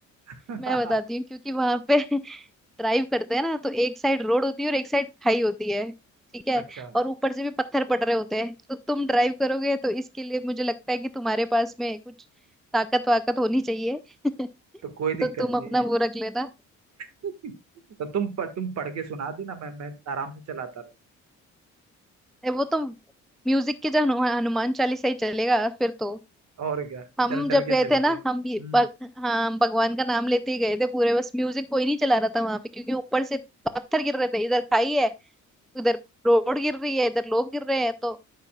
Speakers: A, on the right; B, in the centre.
A: <laughs>
B: मैं बताती हूँ क्योंकि वहां पे <laughs> ड्राइव करते हैं ना तो एक साइड रोड होती है और एक साइड खाई होती है ठीक है
A: अच्छा
B: और ऊपर से भी पत्थर पड़ रहे होते हैं तो तुम ड्राइव करोगे तो इसके लिए मुझे लगता है कि तुम्हारे पास में कुछ ताकत वाकत होनी चाहिए <laughs>
A: तो कोई
B: तो
A: दिक्कत
B: तुम अपना
A: नहीं है
B: वो रख लेना
A: <laughs> तो तुम पर तुम पढ़ के सुना देना मैं मैं आराम से चलाता रहूँ
B: ए, वो तो म्यूजिक के जो हनु- हनुमान चालीसा ही चलेगा फिर तो
A: और क्या
B: हम
A: डर
B: जब
A: डर के
B: गए
A: चलेंगे
B: थे ना
A: हम्म
B: हम ये भग, हाँ हम भगवान का नाम लेते ही गए थे पूरे बस म्यूजिक कोई नहीं चला रहा था वहां पे क्योंकि ऊपर से पत्थर गिर रहे थे इधर खाई है उधर रोड गिर रही है इधर लोग गिर रहे हैं तो